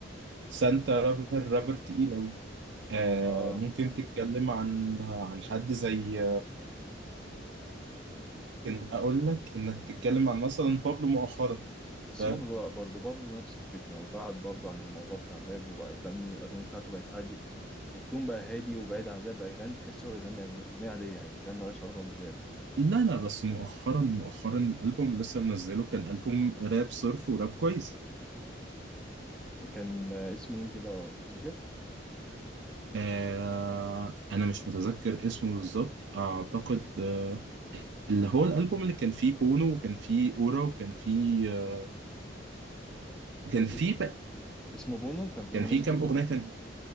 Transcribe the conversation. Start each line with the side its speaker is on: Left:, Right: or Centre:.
Right: سانتا رابر رابر تقيل أوي آه
Centre: اه
Right: ممكن تتكلم عن عن حد زي ممكن أقول لك إنك تتكلم عن مثلا بابلو مؤخرا
Centre: بس
Right: فاهم
Centre: بابلو لأ، برضه بابلو نفس الفكرة بعد برضه عن الموضوع بتاع الراب وبقى يغني الأغاني بتاعته بقت هادية التون بقى هادي وبعيد عن الراب بقى يغني تحسه هو بيغني أغ- أغنية عادية يعني فاهم مالهاش علاقة بالراب
Right: لا لا بس مؤخرا مؤخرا الألبوم اللي لسه منزله كان ألبوم راب صرف وراب كويس
Centre: كان آه، اسمه إيه كده لو تفتكر
Right: آه أنا مش متذكر اسمه بالظبط أعتقد آه اللي هو الألبوم اللي كان فيه بونو وكان فيه أورا وكان فيه آه وكان
Centre: كان
Right: فيه
Centre: في
Right: بقى
Centre: اسمه بونو كان في
Right: كان
Centre: أغنية
Right: فيه
Centre: اسمه
Right: كام أغنية تانية